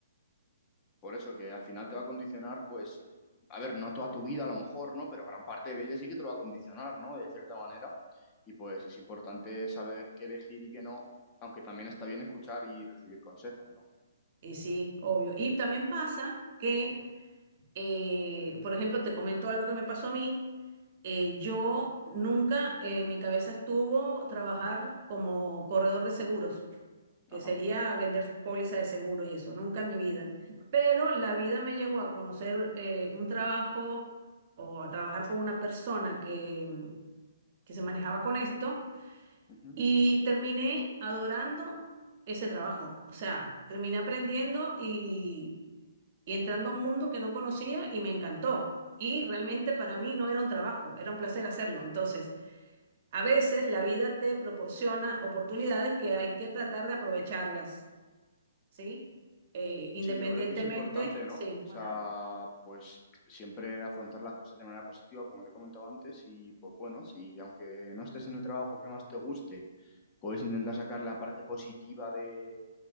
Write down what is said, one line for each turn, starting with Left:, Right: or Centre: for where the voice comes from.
Left: Por eso que al final te va a condicionar, pues, a ver, no toda tu vida a lo mejor, ¿no? Pero gran parte de ella sí que te lo va a condicionar, ¿no? De cierta manera. Y pues es importante saber qué elegir y qué no, aunque también está bien escuchar y recibir consejos, ¿no?
Right: Y sí, obvio. Y también pasa que, eh, por ejemplo, te comento algo que me pasó a mí. Eh, yo nunca eh, en mi cabeza estuvo trabajar como corredor de seguros, que
Left: Ajá.
Right: sería vender póliza de seguro y eso, nunca en mi vida. Pero la vida me llevó a conocer eh, un trabajo o a trabajar con una persona que, mm, que se manejaba con esto.
Left: Ujú.
Right: Y terminé adorando ese trabajo. O sea, terminé aprendiendo y, y entrando a un mundo que no conocía y me encantó. Y realmente para mí no era un trabajo, era un placer hacerlo. Entonces, a veces la vida te proporciona oportunidades que hay que tratar de aprovecharlas, ¿sí? Eh, independientemente,
Left: Sí, yo creo que es importante, ¿no?
Right: sí.
Left: O sea,
Right: Hola.
Left: pues siempre afrontar las cosas de manera positiva, como te he comentado antes, y pues bueno, si aunque no estés en el trabajo que más te guste, puedes intentar sacar la parte positiva de,